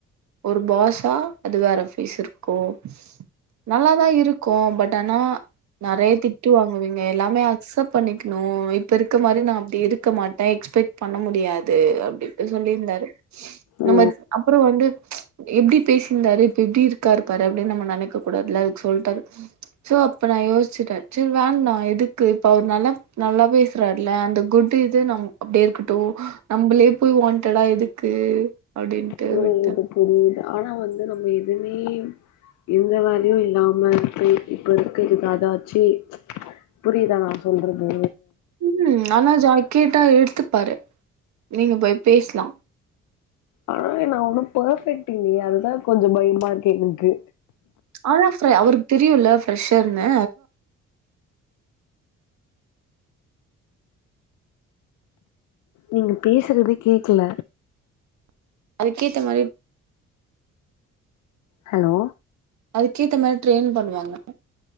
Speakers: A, on the right; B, on the left.
A: ஒரு பாஸா அது வேற ஃபேஸ் இருக்கும் நல்லதான் இருக்கும் பட் ஆனா நறைய திட்டு வாங்குவீங்க எல்லாமே அக்சப்ட் பண்ணிக்கணும் இப்ப இருக்க மாரி நான் அப்டி இருக்க மாட்டேன் எக்ஸ்பெக்ட் பண்ண முடியாது அப்டி இப்டி சொல்லிந்தாரு
B: ஓ
A: நம்ம அப்றோம் வந்து எப்டி பேசிந்தாரு இப்ப எப்டி இருக்காரு பாரு அப்டின் நம்ம நெனைக்க கூடாதுல்ல அதுக்கு சொல்டாரு சோ அப்ப நா யோசிச்சுட்டேன் சேர் வேண்டா எதுக்கு இப்ப அவுரு நல்லா நல்லா பேசுறாருல அந்த குட்டு இது நம் அப்டே இருக்கட்டும் நம்பளே போய் வான்டெட்டா எதுக்கு அப்டின்ட்டு
B: புரியுது
A: விட்
B: புரியுது ஆனா வந்து நம்ப எதுமே எந்த வேலயும் இல்லாம இப்ப இருக்க அதாச்சி புரிதா நா சொல்றது
A: ம் அனா ஜாய் கேட்டா எடுத்துப்பாரு நீங்க போய் பேஸ்லாம்
B: ஆ யே நா ஒன்னும் பர்ஃபெக்ட் இல்லயே அதுதான் கொஞ்சம் பயமா இருக்கு எனக்கு
A: ஆனா ஃப்ர அவருக்கு தெரியும்ல ப்ரெஷர்ன்னு
B: நீங்க பேசுறதே கேக்கல
A: அதுக்கேத்த மாரி
B: ஹலோ
A: அதுக்கேத்த மாரி ட்ரெயின் பண்ணுவாங்க